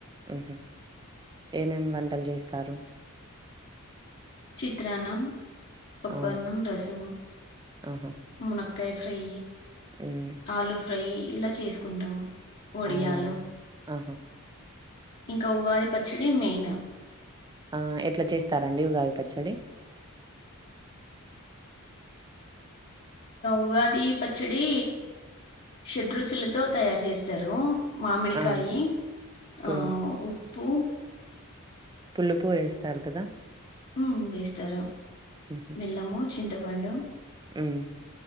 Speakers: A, on the right (about 20°); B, on the left (about 45°).
A: ఉహు ఏమేమి వంటలు చేస్తారు
B: చిత్ర అన్నం పప్పన్నం
A: ఆ!
B: రసము
A: ఆహా!
B: మున కాయే ఫ్రై
A: హ్మ్.
B: ఆలుఫ ఫ్రై ఇలా చేసుకుంటాము ఒడియాలు
A: అవునా! ఆహా!
B: ఇంకా ఉగాది పచ్చడి మెయిన్
A: ఆ ఎట్లా చేస్తారండి ఉగాది పచ్చడి
B: ఉగాది పచ్చడి షడ్రుచులతో తయారు చేస్తారు మామిడికాయి
A: ఆ! పు
B: ఆ ఉ పు
A: పులుసు వేస్తారు కదా
B: ఉ వేస్తరు
A: హ్మ్.
B: బెల్లము చింతపండు
A: హ్మ్